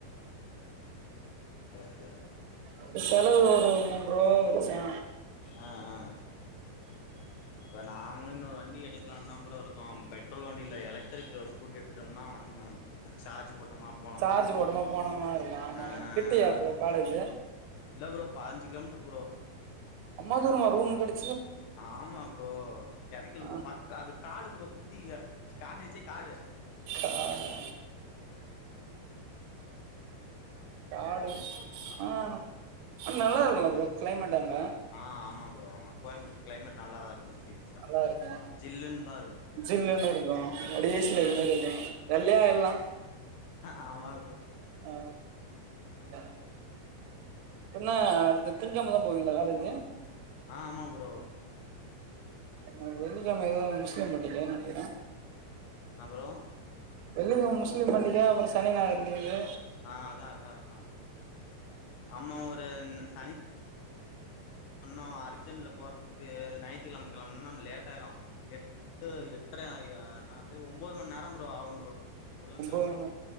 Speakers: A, on the left; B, on the right.
A: ஓ சே
B: இந்த செலவு ஒரு மூண்றுவா வச்சா
A: ஆ ஆ இப்ப நாங்களு இன்னொறு வண்டி எடுக்கலான்தா ப்ரோ இருக்கோ பெட்ரோல் வண்டி இல்ல எலக்ட்ரிக்கு ஸ்கூட்டி எடுத்துட்டோம்னா ஒன்னு சார்ஜ் போட் டோமா போனமான்ருக்கலா
B: சார்ஜ் போட்டோமா
A: ப்ரோ
B: போனோமா இருக்கலாம் ஆமா
A: ஆ
B: கிட்டயா ப்ரோ காலேஜ்
A: இல்ல ப்ரோ பாஞ்சு கிலோமீட்டர் ப்ரோ
B: அம்மா தூரமா ரூம் காடி
A: ஆமா ப்ரோ கெடைக்கல
B: ஆ,
A: ப்ரோ பக் அது காடு ப்ரோ சுத்தி காலேஜே காடு
B: காடா காடு ஆனா ஆனா நல்லா இருக்குல்ல ப்ரோ கிளைமேட் அங்க
A: ஆ ஆமா பரோ ஆமா கோயம்புத்தர் கிளைமேட் நல்லாதா இருக்கு சீரீஸ்
B: நல்லா இருக்கே
A: ஜில்லுன் தா இருக்கு
B: ஜில்லுனு இருக்கு கடைசில இது மாரி இருக்கு வெள்ளையா எல்லா
A: ஹ ஆமா ப்ரோ
B: ஆ தா என்னா அடுத்த திங் கெழம தா போவீங்களா காலேஜு
A: ஆ ஆமா ப்ரோ
B: என்ன வெள்ளிக்கெழம ஏதா முஸ்லிம் பண்டிகையா நெனைக்குறே
A: என்ன ப்ரோ
B: வெள்ளிக்கெழம முஸ்லிம் பண்டிக அப்புறோ சனி ஞாயிறு லீவு
A: ஆ அதா அதா அதா அமா ஒரு சனி இன்னு அர்ஜென்ட்ல போறதுக்கு நைட்டு நம்ம கெளம்புனுனா லேட் ஆயிடு எட் டு எட்ரயா யா என்னாது ஒன்பது மணி நேர ப்ரோ ஆவு ப்ரோ எங்க ஊர்ல இருந்து
B: ஒம்பது
A: கிளம்ப
B: மண் நே